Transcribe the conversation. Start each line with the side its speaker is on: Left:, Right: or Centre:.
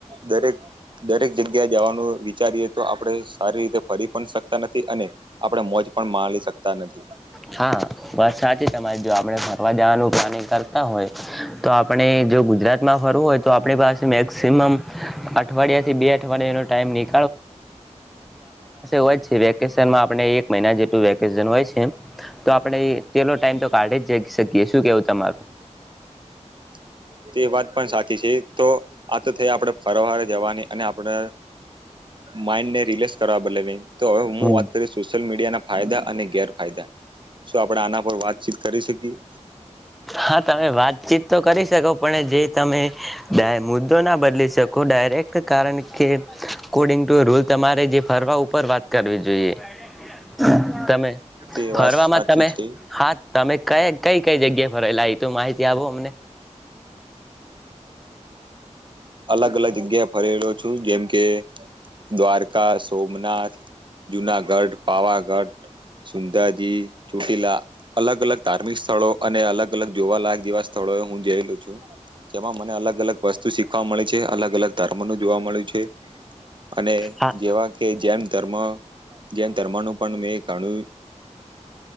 Right: દરેક દરેક જગ્યા જવાનું વિચારીએ તો આપણે સારી રીતે ફરી પણ શકતા નથી અને આપણે મોજ પણ માણી શકતા નથી.
Centre: હા વાત સાચી તમારી જો આપડે ફરવા જવાનુ પ્લાનિંગ કર કરતા હોય તો આપણે જો ગુજરાતમાં ફરવું હોય તો આપણી પાસે મેક્સિમમ અઠવાડિયું અઠવાડિયા થી બે અઠવાડિયાનો ટાઈમ નીકળ હોય છે. વેકેશનમા આપણને એક મહિના જેટલું વેકેશન હોય છે તો આપણે એટલો ટાઈમ તો કાઢી જ છે શકીએ શું કેવું તમારું?
Right: <inaudible> તે વાત પણ સાચી છે તો આ તો થઈ આપણે ફરવા જવાની અને આપડે માઇન્ડ ને રિલેક્સ કરવા બદલે ભી તો હવે હું
Centre: હમ
Right: વાત કરીશ સોશિયલ મીડિયાના ફાયદા અને ગેરફાયદા શું આપણેે આના પર વાતચીત કરી કરી શકીએ?
Centre: હા તમે વાતચીત તો કરી શકો પણ એ જે તમે મુદ્દો ના બદલી શકો ડા ડાયરેક્ટ કારણ કે અકોર્ડિંગ ટુ રૂલ તમારે જે ફરવા ઉપર વાત કરવી જોઈએ. જોઈએ તમે
Right: તે
Centre: ફરવામાં
Right: વાત સાચી
Centre: તમે
Right: છે
Centre: હા તમે કઈ કઈ કઈ જગ્યા ફરેલા એ તો માહિતી આપો અમને.
Right: અલગ-અલગ જગ્યાએ ફરેલો છું જેમ કે દ્વારકા સોમનાથ, જુનાગઢ, પાવાગઢ, સુંદાજી ચોટીલા અલગ-અલગ ધાર્મિક સ્થળો અને અલગ-અલગ જોવાલાયક જેવા સ્થળોએ હું જયલું છું. જેમાં મને અલગ-અલગ વસ્તુ શીખવા મળી છે અલગ-અલગ ધર્મ નું જોવા મળ્યું છે. અને
Centre: હા
Right: જેવા કે જૈન ધર્મ જૈન ધર્મનું પણ મેં ગણું